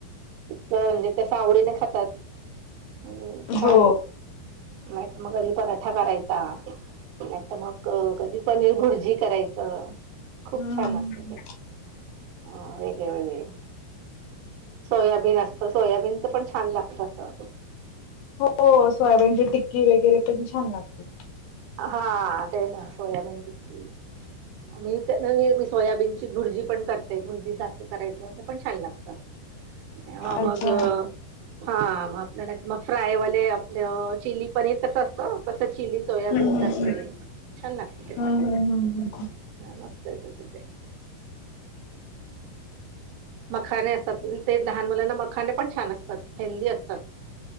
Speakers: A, on the right; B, on the left.
A: इतकं म्हणजे त्या सावडीने खातात हम् छान
B: हो.
A: नाहीत मग घध पराठा करायचा नाही तर मग अ कधी पनीर भुर्जी करायचं खूप
B: हम्म
A: छान असत ते ह वेगय वेग आहे सोयाबीन असतं सोयाबीनचं पण छान लागत असं
B: हो सोयाबीनची टिक्की वगैरे पण छान लागते
A: हा तेच सोयाबीन टिक्की मी मी सोयाबीन भुरजी पण करते भुरजी सारखं करायचं पण छान लागत तेव्हा
B: अच्छा
A: मग हा मग आपल्याला मग फ्रायवाले आपलं चिली पनीर कसं असतं कसं चिली छ
B: हम्म हम्म
A: प
B: हम्म
A: मस्त ऐतातथ तेज मखाने असतात ते लहान मुलांना मखाने पण छान असतात हेल्दी असतात